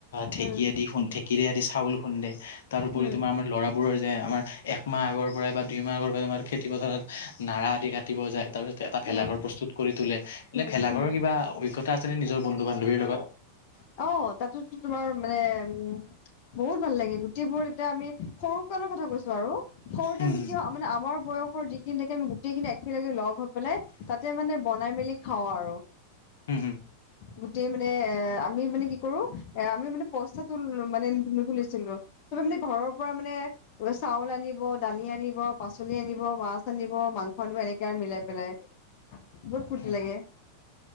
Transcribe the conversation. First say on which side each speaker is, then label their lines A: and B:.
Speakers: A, on the left; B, on the left.
A: ঢেঁকী
B: উম
A: আদি খু, ঢেঁকীৰে আদি চাউল খুন্দে। তাৰপৰি
B: উম
A: তোমাৰ আমাৰ ল'ৰাবোৰৰ যে আমাৰ এক মাহ আগৰ পৰাই বা দুই মাহ আগৰ পৰাই তোমাৰ খেতি পথাৰত নাৰা আদি কাটিব যায় তাৰ পিছত এটা ভেলাঘৰ
B: উম
A: প্ৰস্তুত কৰি তোলে এনে,
B: উম,
A: ভেলাঘৰ
B: হুম,
A: কিবা অভিজ্ঞতা আছে নে নিজৰ বন্ধু, বান্ধৱীৰ লগত
B: অ, তাতো তোমাৰ মানে উম, বহুত ভাল লাগে। গোটেইবোৰ তেতিয়া আমি সৰু কণৰ কথা কৈছো আৰু সৰুতে
A: উম
B: আমি কি হয় মানে আমাৰ বয়স যিখিনি থাকে, আমি গোটেইিন একেলগে লগ'ম। পেলাই তাতে মানে বনাই মেলি খাওঁ আৰু
A: হুম হুম
B: গোটেই মানে এ আমি মানে কি কৰো এ, আমি মানে পইচা তো মানে নু, তুলিছিলো। চবে মানে ঘৰৰ পৰা মানে চাউল আনিব, দালি আনিব, পাচলি আনিব, মাছ আনিব। মাংস এনেকে আৰু মিলাই পেলাই বহুত ফূুৰ্তি
A: হুম
B: লাগে।